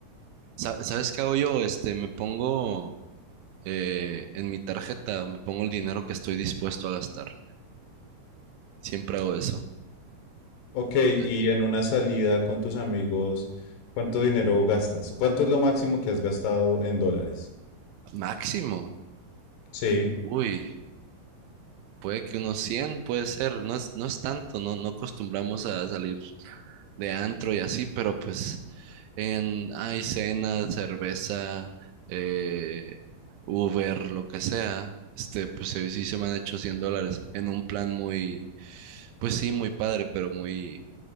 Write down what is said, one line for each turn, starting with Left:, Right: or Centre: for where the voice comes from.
Right: Sa- ¿Sabes qué hago yo? Este, me pongo eh, en mi tarjeta, me pongo el dinero que estoy dispuesto a gastar. Siempre hago eso.
Left: Ok,
Right: Eh,
Left: y en una salida con tus amigos, ¿cuánto dinero gastas? ¿Cuánto es lo máximo que has gastado en dólares?
Right: máximo.
Left: Sí.
Right: Uy, puede que unos 100 puede ser. No es, no es tanto, no, no acostumbramos a salir de antro y así, pero pues en, hay cena, cerveza, eh, Uber, lo que sea. Este, pues sí, sí se me han hecho 100 dólares en un plan muy, pues sí, muy padre, pero muy